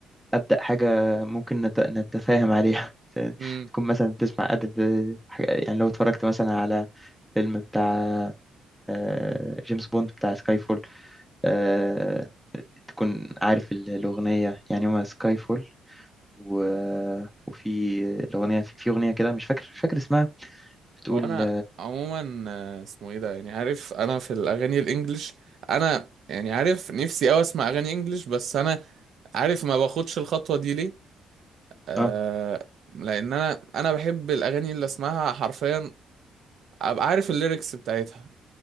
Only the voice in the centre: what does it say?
ابدا حاجه ممكن نت- نتفاهم عليها <laughs>
تكون مثلا بتسمع ادل حاجة- يعني لو اتفرجت مثلا على فيلم بتاع آه، جيمس بوند بتاع سكاي فول آه، تكون عارف ال- الأغنية يعني هما سكاي فول و... وفي الأغنية في في أغنية كده مش فاكر مش فاكر اسمها بتقول
اه